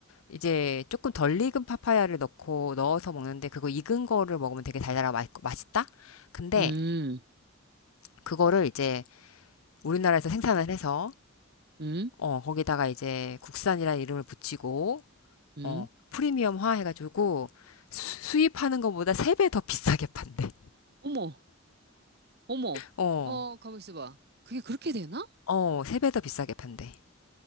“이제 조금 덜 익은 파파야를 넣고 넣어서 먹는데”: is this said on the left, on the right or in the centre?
Left